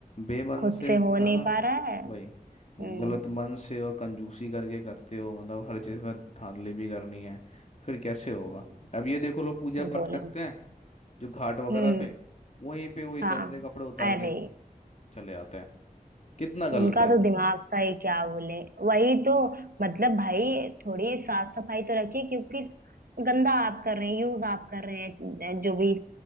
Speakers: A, on the left; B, on the right.
A: बेमन
B: खुद
A: से
B: से हो नहीं
A: हाँ ना
B: पा रहा है
A: वही
B: हम्म
A: गलत मन से और कंजूसी करके करते हो मतलब हर चीज़ में धांधली भी करनी है फिर कैसे होगा
B: हम्म
A: अब ये देखो लोग पूजा
B: और
A: पाठ
B: बोलेंगे
A: करते हैं जो घाट वगैरह
B: हम्म
A: पे वहीं पे वही
B: हाँ
A: गंदे कपड़े उतार
B: अरे
A: के चले आते हैं कितना गलत
B: उनका
A: है
B: तो
A: वो
B: दिमाग का ही क्या बोले वही तो मतलब भाई थोड़ी साफ सफाई तो रखिए क्योंकि गंदा आप कर रहे हैं यूज आप कर रहे हैं जो भी